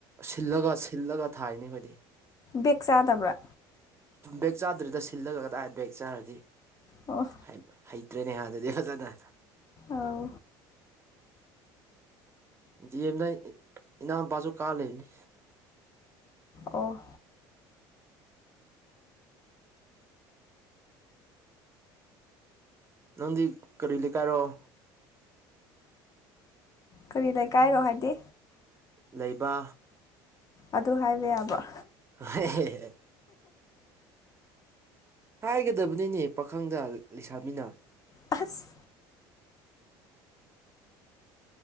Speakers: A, on the right; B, on the left.
A: ꯁꯤꯜꯂꯒ ꯁꯤꯜꯂꯒ ꯊꯥꯏꯅ‌ꯦ ꯑꯩꯈꯣꯏꯗꯤ
B: ꯕꯦꯛ ꯆꯥꯗꯕ꯭ꯔꯥ
A: ꯕꯦꯛ ꯆꯥꯗ꯭ꯔꯤꯗ ꯁꯤꯜꯂꯒ ꯀꯗꯥꯏ ꯕꯦꯛ ꯆꯥꯔꯗꯤ
B: ꯑꯣ
A: ꯍꯩꯃꯥ ꯍꯩꯇ꯭ꯔꯦꯅꯦ ꯍꯥ ꯗꯨꯗꯤ ꯐꯖꯅ
B: ꯑꯥꯎ
A: ꯗꯤꯑꯦꯝꯗ ꯏ ꯏꯅꯥꯎꯄꯥꯁꯨ ꯀꯥ ꯂꯩꯕꯅꯤ
B: ꯑꯣ
A: ꯅꯪꯗꯤ ꯀꯔꯤ ꯂꯩꯀꯥꯏꯔ‌ꯣ
B: ꯀꯔꯤ ꯂꯩꯀꯥꯏꯔꯣ ꯍꯥꯏꯗꯤ
A: ꯂꯩꯕ
B: ꯑꯗꯨ ꯍꯥꯏꯕ ꯌꯥꯕ꯭ꯔ‌ꯣ
A: ꯍ <unintelligible> ꯍꯥꯏꯒꯗꯕꯅꯤꯅꯦ ꯄꯥꯈꯪꯗ ꯂꯩꯁꯥꯕꯤ‌ꯅ
B: ꯑꯍꯁ